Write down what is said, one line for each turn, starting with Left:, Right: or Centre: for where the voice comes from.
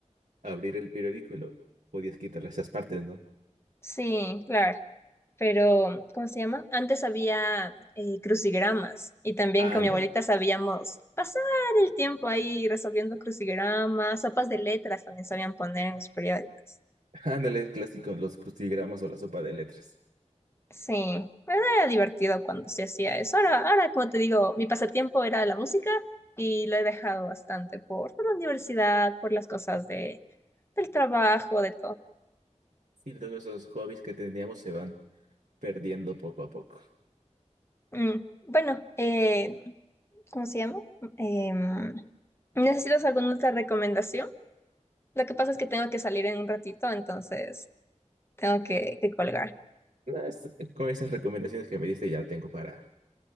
Right: abrir el periódico y lo podías quitarle esas partes, ¿no?
Left: Sí, claro. Pero, ¿cómo se llama? Antes había eh, crucigramas y también
Right: Ándale,
Left: con mi abuelita sabíamos pasar el tiempo ahí resolviendo crucigramas, sopas de letras también sabían poner en los periódicos.
Right: <laughs> ándale, clásico, los crucigramas o la sopa de letras.
Left: Sí, bueno, era divertido cuando se hacía eso. Ahora, ahora, como te digo, mi pasatiempo era la música y lo he dejado bastante por, por la universidad, por las cosas de, del trabajo, de todo.
Right: Sí, luego esos hobbies que teníamos se van perdiendo poco a poco.
Left: Mm, Bueno, eh, ¿cómo se llama? Em, ¿necesitas alguna otra recomendación? Lo que pasa es que tengo que salir en un ratito, entonces tengo que, que colgar.
Right: No, es- con esas recomendaciones que me diste ya tengo para